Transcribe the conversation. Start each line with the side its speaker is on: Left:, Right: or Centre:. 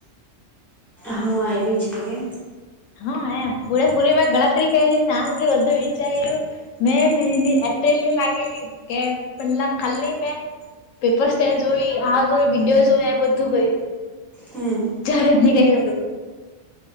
Centre: હા એ ભી છે કે.
Left: હા એમ પુરેપૂરી મેં ગણતરી કરી સાજથી બધું વિચાર્યું મેં મહિની એપ્રિલ ની લાગેલી કે પેલા ખાલી મે પેપર્ સ્ટાઇલ જોઈ આ જોઈ વિડીયો જોઈ આ બધું કર્યું.
Centre: હમ
Left: ચારજની ગઈ વેલું.